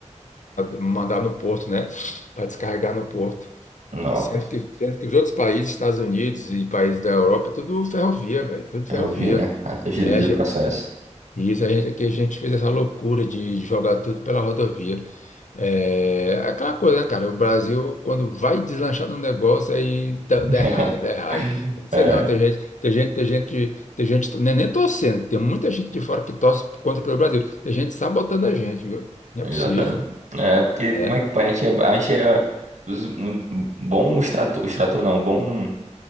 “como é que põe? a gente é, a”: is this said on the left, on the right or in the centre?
Right